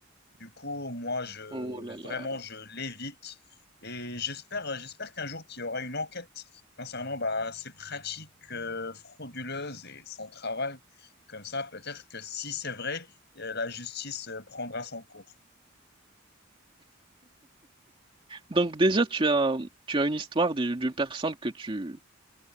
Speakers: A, on the left; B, on the right.
A: Du coup, moi, je,
B: Oh là là.
A: vraiment, je l'évite. Et j'espère, j'espère qu'un jour, qu'il y aura une enquête concernant bah, ces pratiques euh, frauduleuses et son travail. Comme ça, peut-être que si c'est vrai, euh, la justice euh, prendra son cours.
B: Donc, déjà, tu as, tu as une histoire d'une d'une personne que tu,